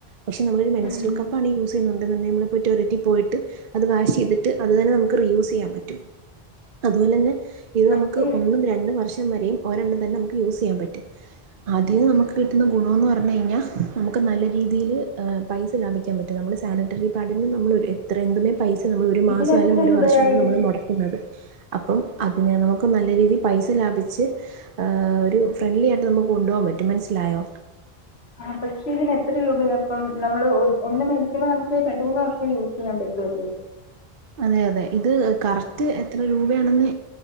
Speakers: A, on the right; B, on the left.
A: പക്ഷെ നമ്മളൊരു മെൻസ്ട്രൽ
B: ഉം
A: കപ്പാണ് യൂസ് ന്നുണ്ടന്നുണ്ടെങ്ങിനമ്മള് ടോയ്‌ലറ്റി പോയ്ട്ട് അത് വാഷെയ്തിട്ട് അത് തന്നെ നമക്ക്റിയൂസെയ്യാൻ പറ്റും അതുപോലെ തന്നെ ഇത്
B: പക്ഷെ
A: നമുക്ക് ഒന്നും രണ്ടും വർഷം പ വരെയും ഒരെ രണ്ട തന്നെ നമുക്ക് യൂസ് ചെയ്യാൻ പറ്റും ആദ്യം നമുക്ക് കിട്ടുന്ന ഗുണമന്ന് പറഞ്ഞു കഴിഞ്ഞാൽ നമുക്ക് നല്ല രീതിയിൽ പൈസ ലാഭിക്കാൻ പറ്റും നമു സാനിറ്ററി പാഡിന് നമ്മൾ എത്രയ എന്തുന്മേ പൈസ നമ്മൾ ഒരു
B: ഇതിന്
A: മാസ ആയാലും
B: എത്ര
A: ഒരു
B: രൂപയായി
A: വർഷ ആ
B: ഇതിന്
A: നമ്മൾ മുടക്കുന്നത് അപ്പം അതിനെ നമുക്ക് നല്ല രീതിയിൽ പൈസ ലാഭിച്ച്ഹ് ഒരു ഫ്രണ്ട്ലി ആയിട്ട് നമുക്ക് കൊണ്ടുപോകാൻ പറ്റും മനസ്സിലായി ണ്ടായോ
B: ആ പക്ഷേ ഇതിന് എത്ര രൂപയാണ് അപ്പം നമ്മൾ ഒന്നും മേടിക്കുമ്പോ നമുക്ക് രണ്ട മൂന്ന് വർഷം യൂസ് ചെയ്യാൻ പറ്റും ആ ഉ
A: അതെ അതെ ഇത് കറക്റ്റ് എത്ര രൂപയാണെന്ന്